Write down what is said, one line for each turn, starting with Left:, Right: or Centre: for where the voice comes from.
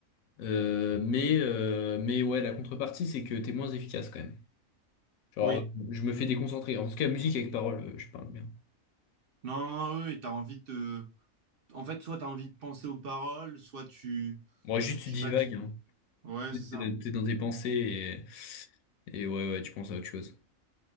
Left: Euh, mais, euh, mais ouais, la contrepartie, c'est que t'es moins efficace quand même. Genre,
Right: Oui.
Left: je me fais déconcentrer. En tout cas, musique avec parole, euh, je parle bien.
Right: Non, non, oui, oui, t'as envie de... En fait, soit t'as envie de penser aux paroles, soit tu...
Left: Moi, juste, tu
Right: Je
Left: divagues,
Right: sais pas, tu...
Left: hein.
Right: Ouais,
Left: T'es
Right: c'est ça.
Left: t'es dans tes pensées et, et ouais, ouais, tu penses à autre chose.